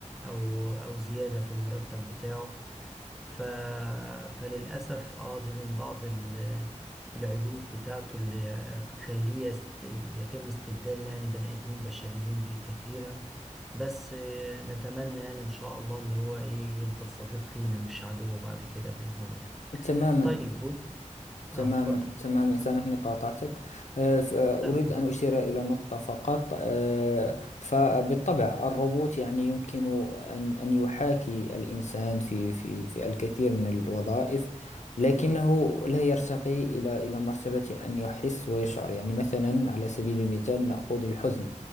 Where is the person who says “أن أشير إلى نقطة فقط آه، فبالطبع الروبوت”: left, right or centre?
Left